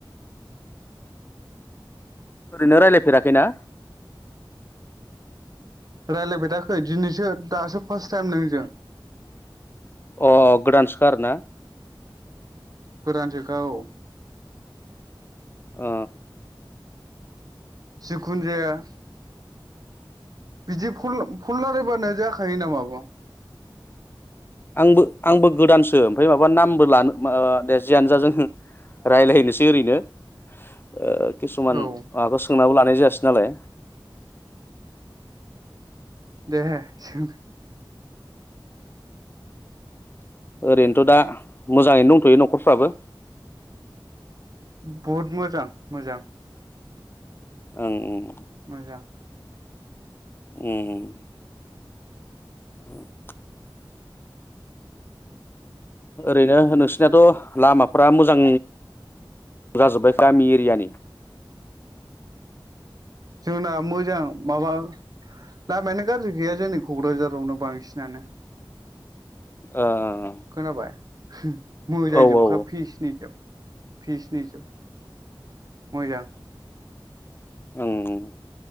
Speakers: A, on the left; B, on the right.
A: ओरैनो राय्लायफेराखैना?
B: राय्लायफेराखै दिनैसो दासो फार्स्ट टाइम नोंजों।
A: अ गोदान सो खा आरोना?
B: गोदान सो खा औ।
A: ओ
B: जिखुनु जाया। बिदि फन रायलायबानो नामा बाव
A: आंबो आंबो गोदानसो ओमफ्राय माबा नाम जियानो जा जों रायलायनो सै ओरैनो। ओ किसुमान
B: औ
A: माबाखौ सोंनांगौ लानो। नाय जायासै नालाय।
B: दे। <unintelligible>
A: ओरैनोथ' दा मोजाङैनो दंथ'यो न'खरफ्राबो।
B: बहुद मोजां मोजां।
A: ओं ओं।
B: मोजां।
A: ओम। <inaudible> ओरैनो नोंसिनियाथ'। लामाफ्रा मोजां जाजोब्बाय गामि एरियानि।
B: जोंना मोजां माबा लामायानो गाज्रि गैया जोंनि क'क्राझारावनो बांसिनानो
A: ओ।
B: खोनाबाय। <inaudible> मोजांजोबखा
A: औ औ
B: फिसनि जोब फिसनि जोब मोजां।
A: ओं ओं